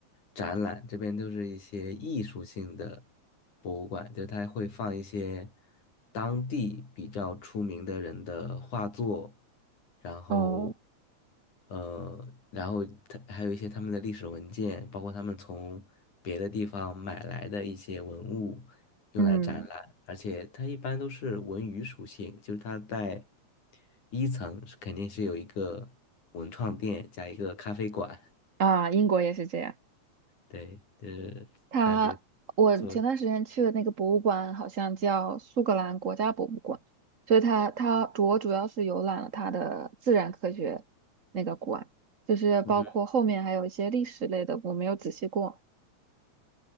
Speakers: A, on the left (about 85°); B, on the right (about 40°).
A: 展览，这边都是一些艺术性的博物馆，就它会放一些当地比较出名的人的画作，然后
B: 哦，
A: 呃，然后它还有一些他们的历史文件，包括他们从别的地方买来的一些文物，用来展览，
B: 嗯
A: 而且它一般都是文娱属性，就是它在一层是肯定是有一个文创店加一个咖啡馆，
B: 啊，英国也是这样。
A: 对，就是感觉
B: 它，我前段时间去的那个博物馆好像叫苏格兰国家博物馆，
A: 做的，
B: 所以它它主我主要是游览了它的自然科学那个馆，就是包括后面还有一些历史类的，
A: 嗯，
B: 我没有仔细逛。